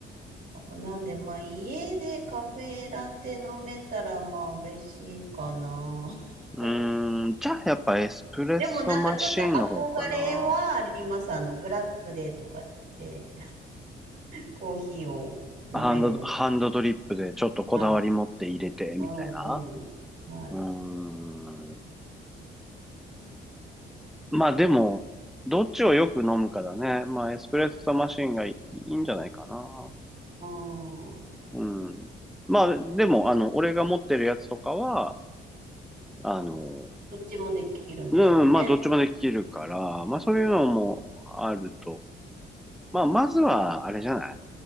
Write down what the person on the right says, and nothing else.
なんでまあ家でカフェラテ飲めたらまあ嬉しいかな。<laughs>
でもなんかちょっと憧れはあります。あのブラックデーとかっつってコーヒーを飲めるの。
はい。うんうん。はい。
うん。
どっちもできるんですもんね。
うん。